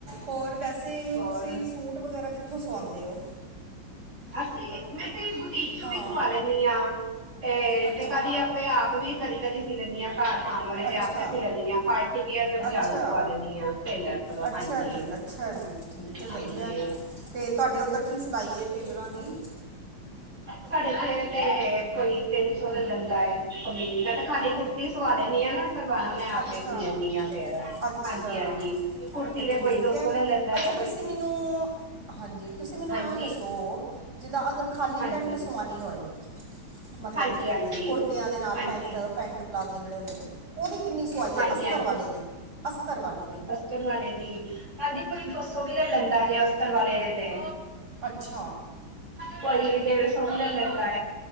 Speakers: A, on the right; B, on the right.
A: ਹੋਰ ਵੈਸੇ
B: ਹੋਰ
A: ਤੁਸੀਂ ਸੂਟ ਵਗੈਰਾ ਕਿੱਥੋਂ ਸਵਾਂਦੇ ਓ।
B: ਅਸੀਂ, ਮੈਂ ਤੇ ਬੁਟੀਕ ਚ
A: ਹਾਂ
B: ਵੀ ਸੁਆ ਲੈਂਨੀ ਆਂ, ਤੇ
A: ਅੱਛਾ
B: ਤੇ ਕਦੀ ਆਪੇ ਆਪ ਵੀ ਕਦੀ ਕਦੀ ਸੀ ਲੈਂਨੀ ਆਂ। ਘਰ ਪਾਣ ਵਾਲੇ ਤੇ
A: ਅੱਛਾ
B: ਆਪੇ ਸੀ ਲੈਨੀ ਆ, ਪਾਰਟੀ ਵੇਅਰ ਮੈਂ ਬਜ਼ਾਰੋਂ
A: ਅੱਛਾ
B: ਸਵਾ ਲੈਂਨੀ ਆਂ, ਟੇਲਰ ਕੋਲੋਂ,
A: ਅੱਛਾ
B: ਹਾਂਜੀ।
A: ਜੀ ਅੱਛਾ ਜੀ ਠੀਕ ਐ,
B: ਹਾਂਜੀ।
A: ਵਧੀਐ। ਤੇ ਤੁਹਾਡੇ ਓਧਰ ਕੀ ਸਿਲਾਈ ਐ, ਟੇਲਰਾਂ ਦੀ?
B: ਸਾਡੇ ਤੇ ਤੇ ਕੋਈ ਤਿੰਨ ਸੌ ਦਾ ਲੈਂਦਾ ਐ, ਕਮੀਜ਼ ਦਾ ਤੇ ਖਾਲੀ ਕੁੁੜਤੀ ਸਵਾ ਲੈਨੀ ਆ ਨਾ। ਸਲਵਾਰਾਂ ਮੈਂ ਆਪੇ
A: ਅੱਛਾ
B: ਸੀ ਲੈਦੀਂ ਆਂ ਫੇਰ।
A: ਅੱਛਾ
B: ਹਾਂਜੀ- ਹਾਂਜੀ ਕੁੜਤੀ
A: ਠੀਕ
B: ਤੇ ਕੋਈ ਦੋ
A: ਹੈ
B: ਸੋ ਲੈ ਲੈਂਦਾ
A: ਅੱਛਾ
B: ਐ।
A: ਤੁਸੀਂ ਮੈਨੂੰ, ਹਾਂਜੀ ਤੁਸੀਂ ਮੈਨੂੰ
B: ਹਾਂਜੀ
A: ਐਂ ਦੱਸੋ, ਜਿੱਦਾਂ ਅਗਰ ਖਾਲੀ
B: ਹਾਂਜੀ
A: ਪੈਂਟ ਸਵਾਣੀ ਹੋਵੇ। ਏ ਮਤਲਬ
B: ਹਾਂਜੀ ਹਾਂਜੀ
A: ਕੁੜਤਿਆਂ ਦੇ ਨਾਲ
B: ਹਾਂਜੀ
A: ਪੈਂਟ, ਪੈਂਟ ਪਲਾਜ਼ੋ ਜਿਹੜੇ ਹੁੰਦੇ ਨੇ ਉਹਦੀ ਕਿੰਨੀ ਸੁਆਈ
B: ਹਾਂਜੀ
A: ਹੈ। ਅਸਤਰ
B: ਹਾਂਜੀ।
A: ਵਾਲੇ ਦੀ ਅਸਤਰ ਵਾਲੇ ਦੀ
B: ਅਸਤਰ ਵਾਲੇ ਦੀ ਹਾਂਜੀ ਕੋਈ ਦੋ ਸੋ ਵੀ ਲੈ ਲੈਂਦਾ। ਜੇ ਕਰਵਾਲੇ ਦੇ ਤੇ
A: ਅੱਛਾ
B: ਕੋਈ ਵੀ। ਡੇਢ ਸੌ ਵੀ ਲੈ ਲੈਂਦਾ